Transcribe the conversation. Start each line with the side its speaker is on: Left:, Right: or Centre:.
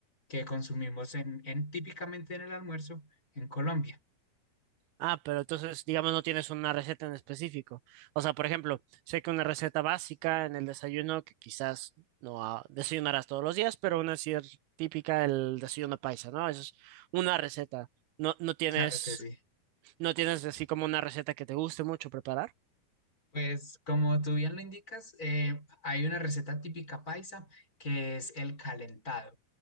Left: que consumimos en, en típicamente en el almuerzo en Colombia.
Right: Ah, pero entonces, digamos, no tienes una receta en específico. O sea, por ejemplo, sé que una receta básica en el desayuno, que quizás no ah, desayunarás todos los días, pero una sí es típica el desayuno paisa, ¿no? Eso es una receta. No, no tienes,
Left: Claro que sí.
Right: no tienes así como una receta que te guste mucho preparar.
Left: Pues como tú bien lo indicas, eh, hay una receta típica paisa que es el calentado.